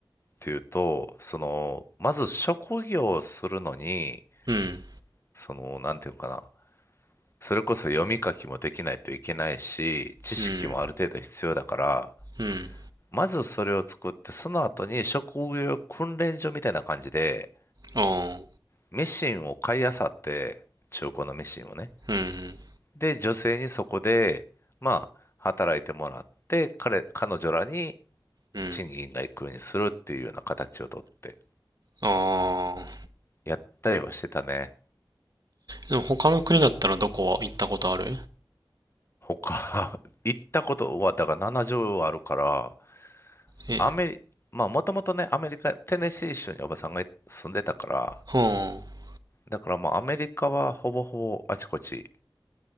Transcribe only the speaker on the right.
うん、
うん、うん、
ああ、
うん、
うん、
ああ。
でも他の国だったらどこは行ったことある
え、
はあ、